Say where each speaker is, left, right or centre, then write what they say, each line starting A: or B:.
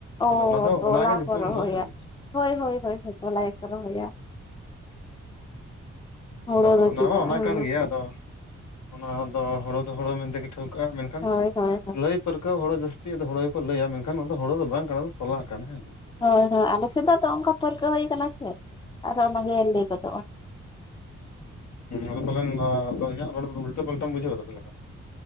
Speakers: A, on the left; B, on the left.
A: ᱚ
B: ᱟᱫᱚ ᱚᱱᱟ ᱫᱚ
A: ᱛᱚᱞᱟ
B: ᱚᱱᱟᱜᱮ ᱧᱩᱛᱩᱢ
A: ᱠᱚ ᱨᱚᱦᱚᱭᱟ᱾
B: ᱫᱚ ᱦᱮᱸ
A: ᱦᱳᱭ, ᱦᱳᱭ, ᱦᱳᱭ, ᱦᱳᱭ, ᱛᱚᱞᱟ ᱜᱮᱠᱚ ᱨᱚᱦᱚᱭᱟ᱾ ᱦᱳᱲᱳ
B: ᱟᱫᱚ
A: ᱫᱚ
B: ᱚᱱᱟ
A: ᱪᱮᱫᱟᱜ
B: ᱢᱟ ᱚᱱᱟ
A: ᱦᱮᱸ
B: ᱠᱟᱱ
A: ᱦᱳᱭ
B: ᱜᱮᱭᱟ ᱟᱫᱚ ᱚᱱᱟ ᱫᱚ ᱦᱳᱲᱳ ᱫᱚ ᱦᱳᱲᱳ ᱢᱮᱱᱛᱮ ᱜᱮ ᱴᱷᱟᱹᱣᱠᱟᱹᱜᱼᱟ᱾ ᱢᱮᱱᱠᱷᱟᱱ
A: ᱦᱳᱭ ᱦᱳᱭ
B: ᱞᱟᱹᱭ ᱯᱟᱹᱨᱠᱟᱹᱣ ᱦᱚᱲ ᱡᱟᱹᱥᱛᱤ ᱦᱳᱲᱳ ᱜᱮᱠᱚ ᱞᱟᱹᱭᱟ, ᱢᱮᱱᱠᱷᱟᱱ ᱚᱱᱟ ᱫᱚ ᱦᱚᱲᱳ ᱫᱚ ᱵᱟᱝ ᱠᱟᱱᱟ ᱛᱚᱞᱟ ᱟᱠᱟᱱᱟ ᱦᱮᱸᱥᱮ᱾
A: ᱦᱳᱭ ᱟᱫᱚ ᱟᱞᱮᱥᱮᱫ ᱫᱚ ᱚᱱᱠᱟ ᱯᱟᱹᱨᱠᱟᱹᱣ ᱦᱩᱭ ᱟᱠᱟᱱᱟ ᱥᱮ ᱟᱨ ᱚᱱᱟ ᱜᱮ ᱞᱟᱹᱭ ᱜᱚᱫᱚᱜᱼᱟ᱾
B: ᱦᱳᱭ ᱯᱟᱞᱮᱱ ᱟᱫᱚ ᱟᱧᱟᱜ ᱨᱚᱲ ᱫᱚ ᱩᱞᱴᱟᱹ ᱯᱟᱞᱴᱟᱢ ᱵᱩᱡᱷᱟᱹᱣᱫᱟ ᱪᱮᱫ ᱞᱮᱠᱟ?